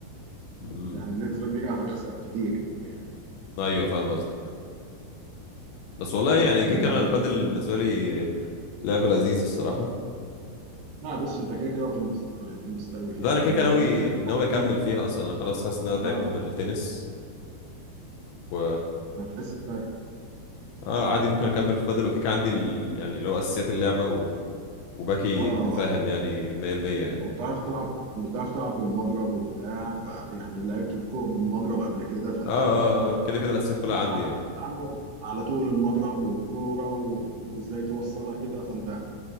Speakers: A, on the left (about 80°); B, on the right (about 45°).
A: امم
B: يعني بنسبة كبيرة هيخسر كتير يعني
A: ايوه فاهم قصدك بس والله يعني
B: طب
A: كيك انا البادل بالنسبه لي لعبه لذيذه الصراحه
B: لا بص أنت كده كده هتنبسط أوي هتنبسط أوي فيها
A: ده انا
B: يعني
A: كده كده
B: لو
A: ناوي
B: كملت
A: ناوي اكمل
B: كده-
A: فيها اصلا انا خلاص حاسس ان انا تعبت
B: أه
A: من التنس و
B: هتحس بفرق
A: اه عادي ممكن اكمل في بادل وكيك عندي ال... يعني اللي هو اساسيات اللعبه و... وباقي
B: أه
A: انت فاهم
B: آه.
A: يعني 100% يعني
B: وبتعرف تلعب بتعرف تلعب بالمضرب وبتاع فيعني لعبت بكو- بمضرب قبل كده فأنت
A: اه اه
B: هتفهم
A: آه، كده كده الاساسيات كلها
B: بس
A: عندي
B: على
A: يعني
B: ما تتعود على طول المضرب والكورة و... وازاي توصلها كده فانت